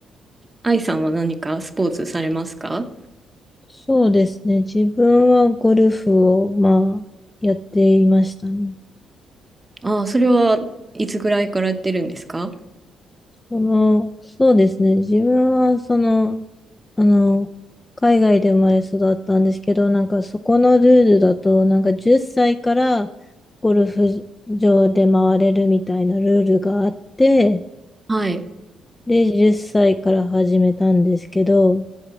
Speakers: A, on the right (about 15°); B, on the left (about 15°).
A: 愛さんは何かスポーツされますか
B: そうですね。自分はゴルフを、まあ、やっていましたね。
A: ああ、それはいつぐらいからやってるんですか
B: その、そうですね。自分は、その、あの、海外で生まれ育ったんですけど、なんかそこのルールだと、なんか10歳からゴルフ場で回れるみたいなルールがあって、
A: はい。
B: で、10歳から始めたんですけど、